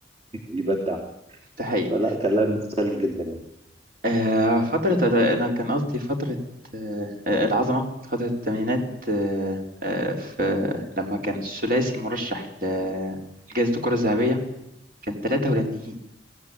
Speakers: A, on the right (about 35°); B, on the right (about 50°).
A: يبدع
B: ده حقيقي
A: فلا كان لاعب مختلف جدا يعني
B: آه، فترة أنا كان قصدي فترة آه، آه، العظمة فترة الثمانينات آه، آه، في لما كان الثلاثي المرشح ل- لجائزة الكرة الذهبية كان ثلاثة هولنديين